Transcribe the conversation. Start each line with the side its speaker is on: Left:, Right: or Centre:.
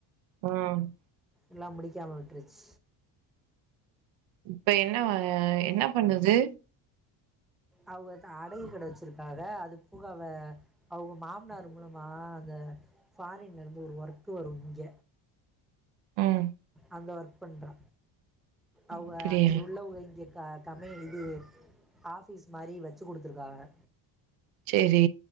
Right: ம்
Centre: எல்லாம் முடிக்காம விட்டுருச்
Right: இப்ப என்ன என்ன பண்ணுது
Centre: அவ அடகு கட வச்சிருக்காக அது பூக அவ அவக மாமனாரு மூலமா இந்த ஃபாரின்ல இருந்து ஒரு ஒர்க்கு வரும் இங்க
Right: ம்
Centre: அந்த ஒர்க் பண்றா அவக
Right: அப்டியா
Centre: அங்க உள்ளவக இங்க க கம்பெனி இது ஆஃபீஸ் மாரி வச்சு குடுத்திருக்காக
Right: சேரி